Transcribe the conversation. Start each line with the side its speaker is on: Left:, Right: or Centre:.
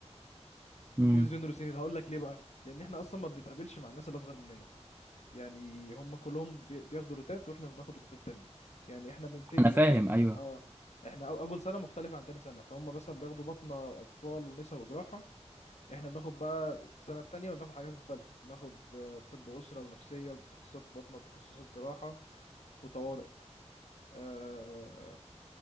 Right: امم
Left: امتياز جونيور وسينيور هقول لك ليه بقى لان احنا اصلا ما بنتقابلش مع الناس اللي اصغر مننا يعني هم كلهم بي- بياخدوا روتات واحنا بناخد روتات تانية يعني احنا بنبتدي
Right: انا فاهم ايوه
Left: اه احنا أو- اول سنه مختلفه عن تاني سنه فهم مثلا بياخدوا بطنه اطفال ونساء وجراحه احنا بناخد بقى السنه التانية بناخد حاجات مختلفه بناخد آه، طب اسره ونفسيه وتخصصات بطنه وتخصصات جراحه وطوارئ آه،